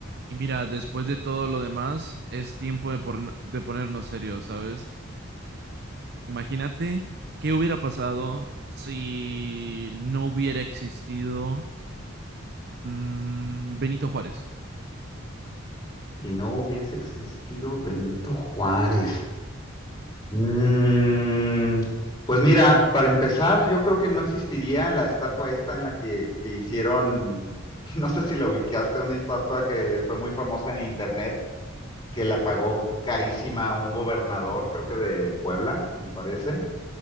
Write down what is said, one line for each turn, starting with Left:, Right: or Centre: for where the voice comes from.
Right: Y mira, después de todo lo demás, es tiempo de, porn- de ponernos serios, ¿sabes? Imagínate qué hubiera pasado si no hubiera existido mm, Benito Juárez.
Left: Si no hubiese existido Benito Juárez. Mm, pues mira, para empezar, yo creo que no existiría la estatua esta en la que, que hicieron, <laughs> no sé si la ubicaste, una estatua que fue muy famosa en internet, que la pagó carísima a un gobernador, creo que de Puebla, me parece,